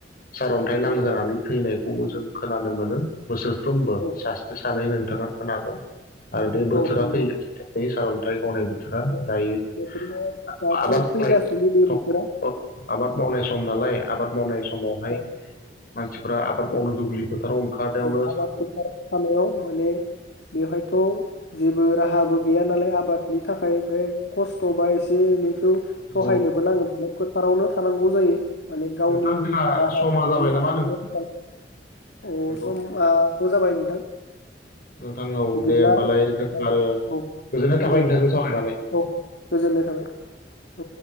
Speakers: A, on the left; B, on the left.
A: सारअन्थाइ नांजानानै
B: औ
A: थैनाय खौ जों खोनानो मोनो। बोसोरफ्रोमबो
B: औ
A: सा <unintelligible> <unintelligible> नोंथाङा खोनागोन आरो बे बोथोरा
B: औ नंगौ
A: फैयो <unintelligible> सार अन्थाइन्थाइ गावनाय बोथोरा
B: औ
A: दायो
B: बोथोरा
A: <unintelligible>
B: दाथ' फैगासिनो बे बोथोरा
A: आबाद मावनाय सम नालाय आबाद मावनाय समावहाय
B: औ
A: मानसिफ्रा आबाद मावनो दुब्लि फोथाराव ओंखारनायावनो
B: औ आबाद
A: सा-
B: फथार <unintelligible> माने बेवहायथ जेबो राहाबो गैया नालाय आबादनि थाखाय बे खस्थबा एसे एनै बेखौ
A: नंगौ।
B: सहायनोबो नांगोन बे फोथारावनो थानांगौ जायो माने
A: नोंथां
B: गावनि
A: जोंना
B: राहाखौनो
A: समा जाबाय नामा
B: <unintelligible> थाखाय औ
A: <unintelligible>
B: समाथ' जाबाय नोंथां
A: नोंथांनाव
B: बिदिब्ला
A: दे होमबालाय आरो
B: औ
A: गोजोननाय
B: औ
A: थाबाय
B: औ
A: नोंथांजों सावरायनानै
B: औ गोजोननाय थाबाय औ।